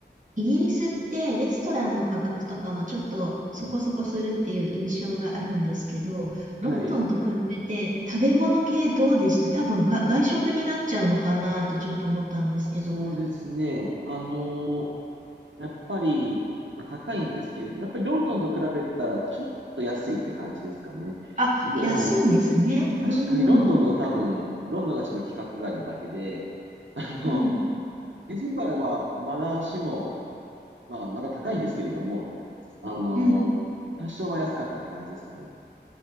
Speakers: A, on the right; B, on the right.
A: イギリスってレストランの価格とかもちょっとそこそこするっていう印象があるんですけど、ロンドンと比べて食べ物系どうでした多分が外食になっちゃうのかなってちょっと思ったんですけど。
B: はい。そうですね。あのやっぱり、まあ、高いんですけれど、やっぱりロンドンと比べたらちょっと安いって感じですかね。
A: あ、
B: でも、
A: 安いんですね。
B: 確かにロンドンの多分、
A: うん、
B: ロンドンがちょっと規格外なだけで、あの、
A: うん、
B: エジンバラはまだしも、まあ、まだ高いんですけれども、あの、
A: うん。
B: 多少は安かったって感じですかね。